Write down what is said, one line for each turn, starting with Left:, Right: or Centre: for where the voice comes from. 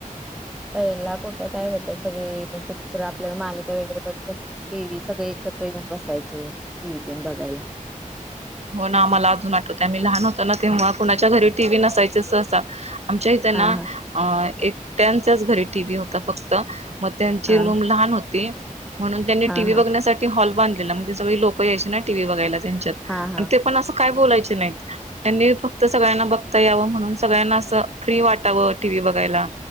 Centre: पहिला कुठं काय होतं सगळी पिक्चर आपल्याला मालिका वगैरे बघायच टी व्ही सगळे एकत्र येऊन बसायचे. टीव्ही तेन बघायला
Right: हो ना मला अजून आठवतयं आम्ही लहान होतो ना, तेव्हा कुणाच्या घरी टीव्ही नसायचेच सहसा आमच्या इथं
Centre: हा
Right: ना
Centre: हा
Right: एक एकट्याच्यांच घरी टीव्ही होता फक्त म त्यांची
Centre: हा
Right: रूम लहान होती. म्हणून त्यांनी
Centre: हा
Right: टीव्ही
Centre: हा
Right: बघण्यासाठी हॉल बांधलेला. मो सगळी लोक यायची ना टीव्ही बघायला त्यांच्यात
Centre: हा हा
Right: आणि ते पण असं काय बोलायचे नाहीत त्यांनी फक्त सगळ्यांना बघता यावं. म्हणून सगळ्यांना असं फ्री वाटावं टीव्ही बघायला